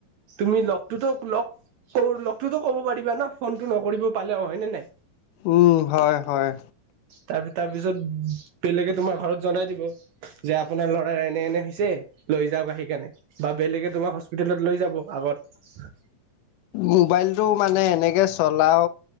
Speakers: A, on the right; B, on the left.
A: তুমি লগটোতো লগ লগটোতো ক'ব পাৰিবা ন ফোনটো নকৰিব পালে অ' হয় নে নাই?
B: উম, হয় হয়।
A: তাৰ তাৰ পিছত বেলেগে তোমাৰ ঘৰত জনাই দিব। যে আপোনাৰ ল'ৰা এনে এনে হৈছে লৈ যাওক আহি কাৰণে বা বেলেগে তোমাক হস স্পিতেলত লৈ যাব আগত।
B: মোবাইলটো মানে এনেকে চলাও